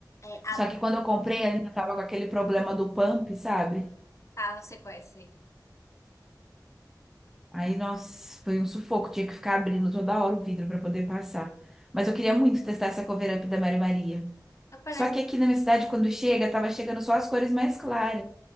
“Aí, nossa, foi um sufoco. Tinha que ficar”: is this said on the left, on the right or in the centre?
Centre